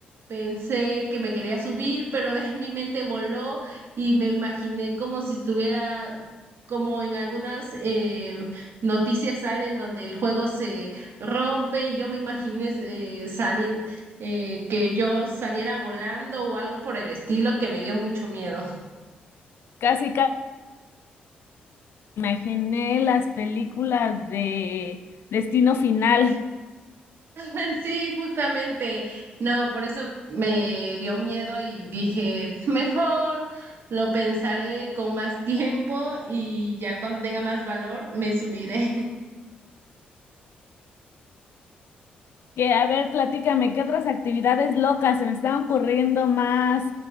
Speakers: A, on the right (about 55°); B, on the left (about 60°).
A: pensé que me quería subir, pero de ahí mi mente voló y me imaginé como si estuviera como en algunas eh, noticias salen donde el juego se rompe y yo me imaginé eh, salir, eh, que yo saliera volando o algo por el estilo que me dio mucho miedo.
B: Casi, casi imaginé las películas de Destino Final.
A: <laughs> Sí, justamente, no, por eso me dio miedo y dije, mejor lo pensaré con más tiempo y ya cuando tenga más valor me subiré. <laughs>
B: Que, a ver, platícame, ¿qué otras actividades locas se me están ocurriendo más,